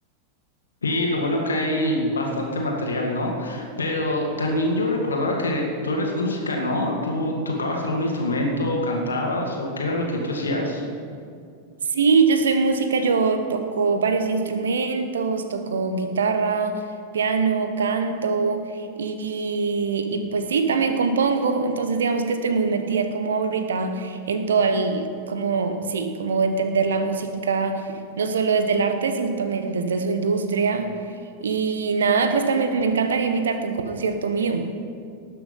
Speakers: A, on the left (about 70°); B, on the right (about 65°).
A: Sí, lo bueno que hay bastante material, ¿no? Pero también yo recordaba que tú eres música, ¿no? ¿Tú tocabas algún instrumento, cantabas o qué era lo que tú hacías?
B: Sí, yo soy música, yo toco varios instrumentos, toco guitarra, piano, canto y, y pues sí, también compongo, entonces digamos que estoy muy metida como ahorita en todo el, como sí, como entender la música, no solo desde el arte, sino también desde su industria y nada, pues también me encantaría invitarte a un concierto mío.